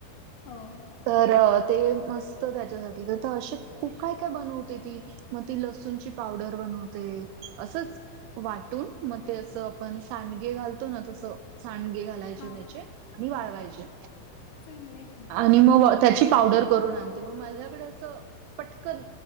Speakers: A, on the left; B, on the right.
A: हो हो
B: तर ते मस्त त्याच्यासाठी तर तर असे खूप काय काय बनवते ती. मग ती लसूणची पावडर बनवते, असच. वाटून मग तेच आपण सांडगे घालतो ना तसं सांडगे घालायचे
A: हा
B: त्याचे आणि वाळवायचे.
A: चागलंय कि.
B: आणि मग त्याची पावडर करून आणते मग माझ्या कडे असं पटकन